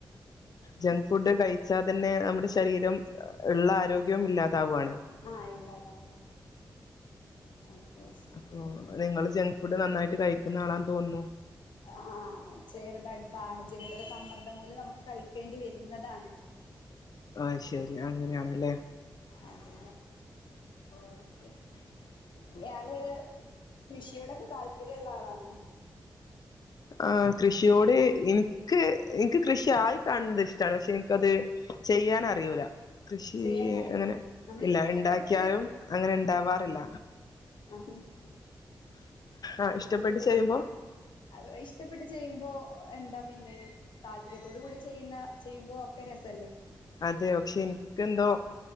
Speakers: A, on the left (about 55°); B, on the left (about 85°).
A: ജംഗ് ഫുഡ് കഴിച്ചാ തന്നെ നമ്മുടെ ശരീരം ഇള്ള ആരോഗ്യവും ഇല്ലാതാവാണ്.
B: ആഹ് ഇല്ലാതാവാണ് അത് ശരി
A: അപ്പൊ
B: തന്നെയാണ്
A: ഇങ്ങള് ജംഗ് ഫുഡ് നന്നായിട്ട് കഴിക്കുന്ന ആളാന്ന് തോന്നുന്നു?
B: ആഹ് ചെറുതായി സാഹചര്യത്തിൻ്റെ സമ്മർദ്ദം മൂലം നമുക്ക് കഴിക്കേണ്ടി വരുന്നതാണ്.
A: അഹ് ശരി അങ്ങനെയാണല്ലേ?
B: അതെ ഓക്കെ ഇയാള് കൃഷിയോടൊക്കെ താല്‌പര്യംള്ള ആളാണോ?
A: ആഹ് കൃഷിയോട് ഇൻക്ക് ഇൻക്ക് കൃഷിയായി കാണുന്നത് ഇഷ്ടാണ് പക്ഷെ ഇൻക്കത്. ചെയ്യാനറിയൂലാ. കൃഷി
B: ചെയ്യാനറിയൂല
A: അങ്ങനെ
B: നമ്മള്
A: ഇല്ല
B: ഇഷ്ടപ്പെട്ട്
A: ഇണ്ടാക്കിയാലും അങ്ങനെ ഇണ്ടാവാറില്ല.
B: അഹന്നെ
A: ആഹ് ഇഷ്ടപ്പെട്ട് ചെയ്യുമ്പോ
B: രീതിയിൽ ഇഷ്ടപ്പെട്ട് ചെയ്യുമ്പോ എന്താ പിന്നെ. താല്പര്യത്തോട്കൂടി ചെയ്യുന്ന ചെയ്യുമ്പോ ഒക്കെ രസല്ലേ
A: അതെ പക്ഷെ ഇൻക്കെന്തോ